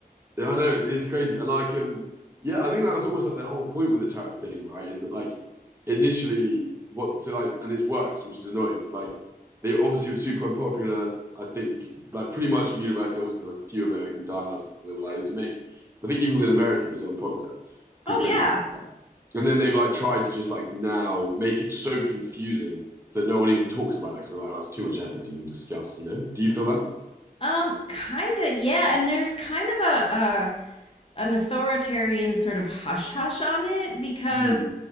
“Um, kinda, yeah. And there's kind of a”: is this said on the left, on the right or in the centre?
Left